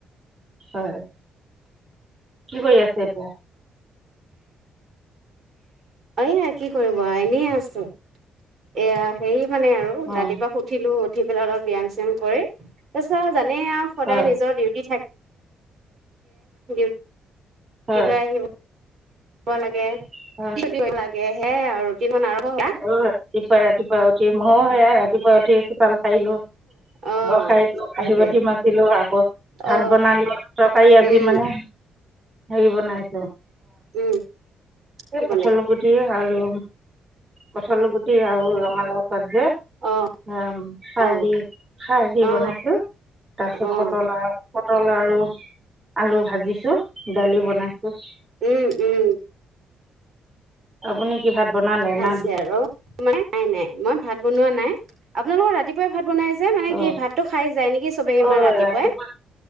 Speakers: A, on the right; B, on the right.
A: হয় কি কৰি আছে এতিয়া
B: এয়া কি কৰিব এনেই আছো এয়া হে মানে আৰু
A: অ
B: ৰাতিপুৱা উঠিলো উঠি পেলাই অলপ ব্যায়াম চয়াম কৰি তাৰ পাছত জানে আৰু সদায়
A: হয়
B: নিজৰ ডিউটি থাকে ডিউটি
A: হয়
B: লৈ আহিব লাগে
A: অ
B: ডিউটি কৰিব লাগে সেয়াই আৰু ৰুটিনখন আৰম্ভ কৰা
A: অ ৰাতিপুৱা ৰাতিপুৱা উঠী মোৰ সেইয়া ৰাতি <unintelligible> সাৰিলো
B: অ
A: ঘৰ সাৰিলো কাঁহী
B: সেইটোৱে
A: বতি মাজিলো আকৌ ভাত
B: অ
A: বনালো তৰকাৰী আজি
B: উম
A: মানে হেৰি বনাইছো
B: উম কি বনাইছে
A: কঠাঁল গুটি আৰু কঠাঠল গুটি আৰু ৰঙালাও পাত যে
B: অ
A: আ খাৰ
B: অ
A: দি খাৰ দি
B: অ অ
A: বনাইছো তাৰপিছত
B: উম
A: পটল আ পটল আৰু আলু ভাজিছো দালি বনাইছো
B: উম উম
A: আপুনি কি ভাত বনালে
B: ভালছে
A: না
B: আৰু নাই নাই মই ভাত বনোৱা নাই আপোনালোকৰ ৰাতিপুৱাই ভাত বনাই যে মানে
A: অ
B: কি ভাতটো খাই যায় নেকি চবেই ইমান
A: অ
B: ৰাতিপুৱাই
A: ৰাতিপুৱা